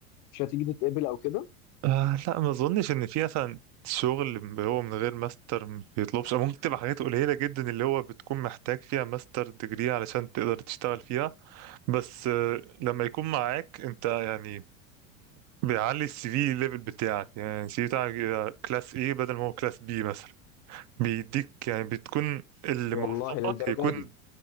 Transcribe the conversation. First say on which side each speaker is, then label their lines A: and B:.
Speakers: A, on the left; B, on the right.
A: مش هتيجي تتقبل او كده
B: آه لا ما اظنش ان في مثلا شغل اللي هو من غير ماستر ما بيطلبش أو ممكن تبقى حاجات قليلة جدا اللي هو بتكون محتاج فيها ماستر ديجري علشان تقدر تشتغل فيها بس آه، لما يكون معاك انت يعني بيعلي السي في ليفل بتاعك يعني السي في بتاعك يبقى كلاس ايه بدل ما هو كلاس بي مثلا بيديك يعني بتكون اللي
A: والله
B: موظفك
A: للدرجه
B: يكون
A: دي